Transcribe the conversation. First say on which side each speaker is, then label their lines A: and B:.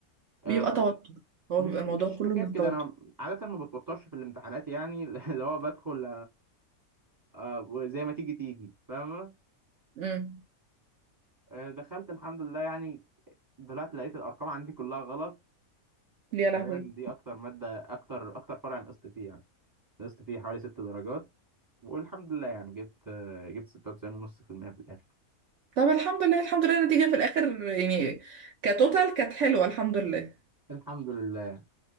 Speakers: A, on the right; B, on the right.
A: آه،
B: بيبقى توتر هو
A: مش
B: بيبقى الموضوع
A: مش
B: كله
A: حكايه
B: من
A: كده
B: التوتر
A: انا عاده ما بتوترش في الامتحانات يعني <laughs> اللي هو بدخل آه، زي ما تيجي تيجي فاهمه
B: امم
A: آه، دخلت الحمد لله يعني طلعت لقيت الارقام عندي كلها غلط
B: يا
A: تقريبا
B: لهوي
A: دي اكتر ماده اكتر اكتر فرع نقصت فيه يعني نقصت فيه حوالي ست درجات والحمد لله يعني جبت آه، جبت 96.5% في المية في الآخر
B: طب الحمد لله الحمد لله النتيجه في الاخر يعني كتوتال كانت حلوه الحمد لله
A: الحمد لله